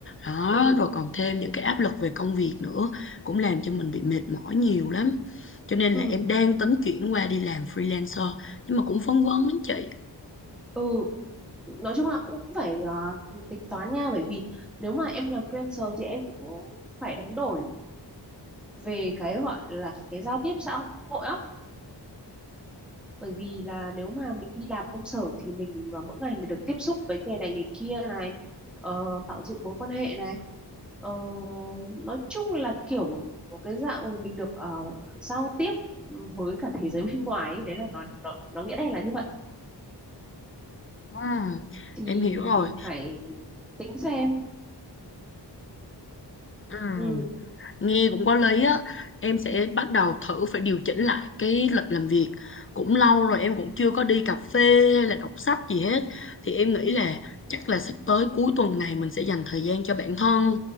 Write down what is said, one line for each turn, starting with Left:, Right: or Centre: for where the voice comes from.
Left: đó
Centre: ừ
Left: rồi còn thêm những cái áp lực về công việc nữa cũng làm cho mình bị mệt mỏi nhiều lắm cho nên
Centre: ừ
Left: là em đang tính chuyển qua đi làm freelancer nhưng mà cũng phân vân lắm chị
Centre: ừ nói chung là cũng phải ờ, tính toán nha bởi vì nếu mà em làm freelancer thì em cũng phải đánh đổi về cái gọi là cái giao tiếp xã hội á bởi vì là nếu mà mình đi làm công sở thì mình à, mỗi ngày mình được tiếp xúc với người này người kia này ờ, tạo dựng mối quan hệ này Ờ, nói chung là kiểu một cái dạng mình được ờ, giao tiếp với cả thế giới <laughs> bên ngoài ấy. đấy là nó nó nó nghĩa đen là như vậy
Left: ừ,
Centre: thì
Left: em hiểu rồi
Centre: mình phải tính xem
Left: ừ.
Centre: ừ
Left: Nghe cũng có lý á, em sẽ bắt đầu thử phải điều chỉnh lại cái lịch làm việc. Cũng lâu rồi em cũng chưa có đi cà phê hay là đọc sách gì hết. Thì em nghĩ là chắc là sắp tới cuối tuần này mình sẽ dành thời gian cho bản thân